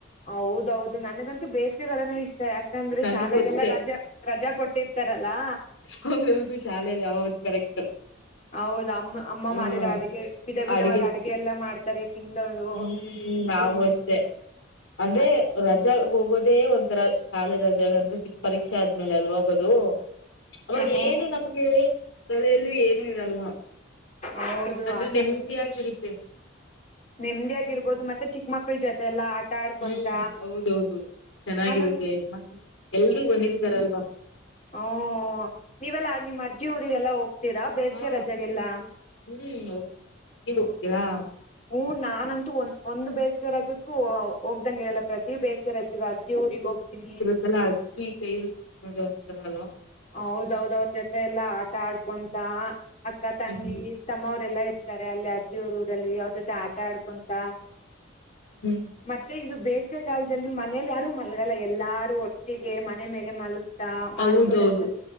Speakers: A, on the left; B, on the left.
A: ಹೌದೌದು ನನಗಂತೂ ಬೇಸಿಗೆಗಾಲಾನೇ ಇಷ್ಟ ಯಾಕಂದ್ರೆ
B: ನನಗೂ
A: ಶಾಲೆಗೆಲ್ಲ
B: ಅಷ್ಟೇ
A: ರಾಜಾ. ರಜಾ ಕೊಟ್ಟಿರ್ತಾರಲ್ಲಾ.
B: ಹೌದು ಹೌದು ಶಾಲೆಯಲ್ಲಿ ಕರೆಕ್ಟ್.
A: ಹೌದ ಅಮ್ಮ ಅಮ್ಮ
B: ಹ
A: ಮಾಡಿದರ ಅಡಗೆ ವಿಧ ವಿಧವಾದ
B: ಅಡ್ಗೆ
A: ಅಡಗೆ ಎಲ್ಲಾ ಮಾಡ್ತಾರೆ ತಿನ್ನದು.
B: ಹ್ಮ್ ನಾವವು ಅಷ್ಟೆ ಅಂದ್ರೆ
A: ಅದ್
B: ರಜ ಹೋಗೋದೇ ಒ. ರ ಶಾಲೆ ರಜೆಗ ಅಂದ್ರೆ ಪರೀಕ್ಷೆ ಆದ್ಮೇಲೆ ಎಲ್ ಹೋಗೋದು. ಅವಾಗ
A: ಹ್ಮ್
B: ಏನು ನಮ್ಗೆ ತಲೆಯಲ್ಲೂ ಏನು ಇರಲ್ಲ.
A: ಹೌದು
B: ಅಂದ್ರೆ
A: ಆ
B: ನೆಮ್ಮಧಿ ಆಗಿ ಇರುತ್ತೆ.
A: ನೆಮ್ಮದಿ ಆಗಿರ್ಬೋದು ಮತ್ತೆ ಚಿಕ್ಕ ಮಕ್ಳ ಜೊತೆ ಎಲ್ಲಾ ಆಟ ಆಡ್ಕೊಂತ.
B: ಹ್ಮ್ ಹೌದೌದು ಚೆನ್ನಾಗಿರುತ್ತೆ
A: ಅದೊಂದ
B: ಮ ಎಲ್ರೂ ಬಂದಿರ್ತಾರಲ್ವಾ.
A: ಹಓ ನೀವೆಲ್ಲಾ ನಿಮ್ಮ ಅಜ್ಜಿ ಊರಿಗೆಲ್ಲ ಹೋಗ್ತೀರಾ ಬೇಸಿಗೆ
B: ಹಾ
A: ರಜೆಗೆಲ್ಲಾ.
B: ಹ್ಮ್ ಹಕ್ತಿವು ನೀವು ಹೋಗ್ತೀರಾ.
A: ಹ್ಮ ನಾನಂತೂ ಒಂದ ಒಂದು ಬೇಸಿಗೆ ರಜೆಗೂ ಹೋಗ್ದಂಗ ಇರಲ್ಲ ಪ್ರತಿ ಬೇಸಿಗೆ. ಸರಿ ರಜ್ ಅಜ್ಜಿ ಊರಿಗೆ ಹೋಗ್ತೀನಿ.
B: ಅಲ್ಲ ಅಡ್ಚ್ಚಿ ಕೈರುು ಸಕ್ಕೋದುಂತನಲ್ಲ <unintelligible>
A: ಹೌದೌದ್ ಅವ್ರ ಜೊತೆ ಎಲ್ಲಾ ಆಟ ಆಡ್ಕೊಂತ ಅಕ್ಕ ತಂಗಿ.
B: ಹ್ಮ್
A: ತಮ್ಮ ಅವರೆಲ್ಲಾ ಇರ್ತಾರೆ ಅಲ್ಲಿ ಅಜ್ಜಿಯ ಅವರ ಊರಲ್ಲಿ ಅವ್ರ ಜೊತೆ ಆಟ ಆಡ್ಕೊಂತ.
B: ಹ್ಞ
A: ಮತ್ತೆ ಇದು ಬೇಸಿಗೆ ಕಾಲದಲ್ಲಿ ಮನೇಲಿ ಯಾರು ಮಲ್ಗಲ್ಲ ಎಲ್ಲಾರು ಒಟ್ಟಿಗೆ ಮನೆ ಮೇಲೆ ಮಲ್ಗ್. ಲಗ್ತಾ ಮಾತಾಡತಾ.
B: ಹೌದೌದು
A: ಇವಳಲ